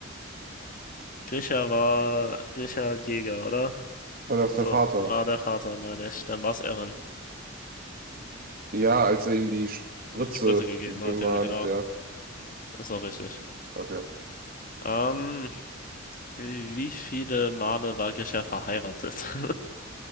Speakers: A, on the left (about 45°); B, on the right (about 45°).
A: Grisha war Grisha Jäger, oder?
B: War das
A: Also
B: der Vater?
A: war der Vater, meine ich. Dann war es Eren.
B: Ja, als er ihm die Spritze
A: Spritze gegeben
B: gegeben
A: hat, ja,
B: hat,
A: genau.
B: ja.
A: Ist auch richtig.
B: Okay.
A: Ähm, wie viele Male war Grisha verheiratet? <laughs>